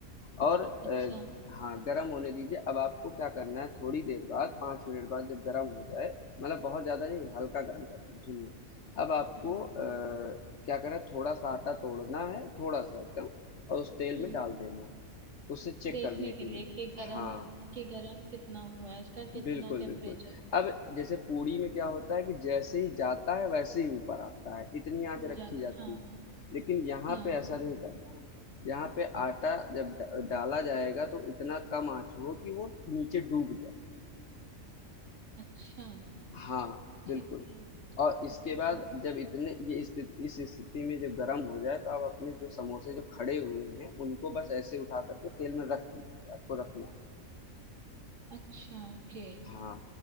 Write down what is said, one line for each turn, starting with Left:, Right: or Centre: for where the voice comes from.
Left: और अ,
Right: अच्छा
Left: हाँ, गरम होने दीजिए। अब आपको क्या करना है थोड़ी देर बाद 5 मिनट बाद जब गरम हो जाए, मतलब बहुत ज़्यादा नहीं हल्का गरम करना है, सुनिए। अब आपको
Right: हम्म
Left: अ, क्या करना है थोड़ा-सा आटा तोड़ना है, थोड़ा-सा एकदम और उस तेल
Right: हम्म
Left: में डाल देना है, उसे चेक
Right: देखने
Left: करने के
Right: के लिए
Left: लिए।
Right: कि गरम
Left: हाँ।
Right: कि गरम कितना हुआ है उसका कितना
Left: बिल्कुल, बिल्कुल।
Right: टेम्परेचर
Left: अब जैसे पूड़ी में क्या होता है कि जैसे ही जाता है वैसे ही ऊपर आता है, इतनी
Right: फूल
Left: आँच रखी
Right: जाती
Left: जाती
Right: हाँ
Left: है। लेकिन यहाँ
Right: हाँ
Left: पे ऐसा नहीं करना है। यहाँ पे आटा जब ड डाला जाएगा तो इतना कम आँच हो कि वो नीचे डूब जाए।
Right: अच्छा
Left: हाँ, बिल्कुल।
Right: ठीक है
Left: और इसके
Right: ठीक
Left: बाद
Right: है
Left: जब इतने ये स्थित इस स्थिति में जब गरम हो जाए तो आप अपने जो समोसे जो खड़े हुए हैं, उनको बस ऐसे उठा कर के तेल में रख दीजिए, आपको रखना है।
Right: अच्छा ओके
Left: हाँ,